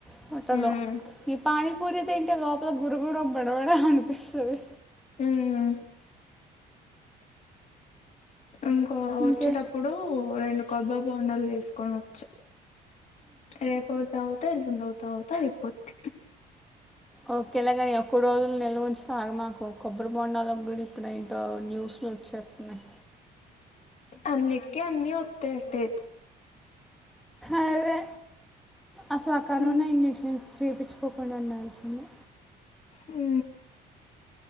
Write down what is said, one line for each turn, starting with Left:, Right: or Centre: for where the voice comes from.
Centre: పొట్ట
Left: మ్మ్
Centre: లో ఈ పానీపూరి తింటే లోపల లోపల గురుగుడు బడవడం అనిపిస్తుంది
Left: మ్మ్ ఇంకో
Centre: ఇంకే
Left: వచ్చేటప్పుడు రెండు కొబ్బ బోండలు దీసుకోనచ్చ రేపు తాగు అ రెండు అవుతా అవుతా అయిపోద్
Centre: ఓకేలాగాని ఎక్కవ రోజులు నెల ఉంచి తాగా మాకు కొబ్బరి బొండాలు కూడా ఇప్పుడేంటో న్యూస్లు వచ్చేస్తున్నాయ్
Left: అన్నిటికే అన్ని వస్త అటే
Centre: అదే అస ఆ కరోనా
Left: మ్మ్
Centre: ఇంజెక్షన్స్ చేపిచుకోకుండా ఉండాల్సింది
Left: ఉ